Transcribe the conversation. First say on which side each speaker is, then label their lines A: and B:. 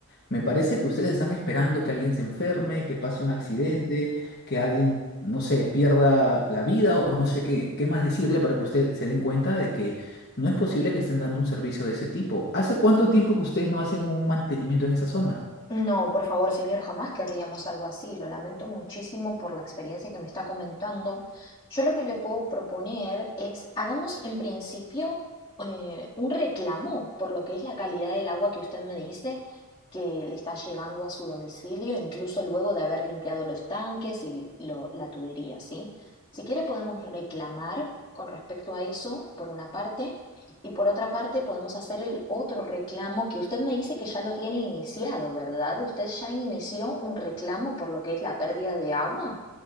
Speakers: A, on the left; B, on the left.
A: me parece que ustedes están esperando que alguien se enferme, que pase un accidente, que alguien, no sé, pierda la vida o no sé qué, qué más decirle para que ustedes se den cuenta de que no es posible que estén dando un servicio de ese tipo. ¿Hace cuánto tiempo que ustedes no hacen un mantenimiento en esa zona?
B: No, por favor, señor, jamás querríamos algo así. Lo lamento muchísimo por la experiencia que me está comentando. Yo lo que le puedo proponer es, hagamos en principio eh, un reclamo por lo que es la calidad del agua que usted me dice que le está llegando a su domicilio, incluso luego de haber limpiado los tanques y lo- la tubería, ¿sí? Si quiere podemos reclamar con respecto a eso, por una parte, y por otra parte, podemos hacer el otro reclamo que usted me dice que ya lo tiene iniciado, ¿verdad? ¿Usted ya inició un reclamo por lo que es la pérdida de agua?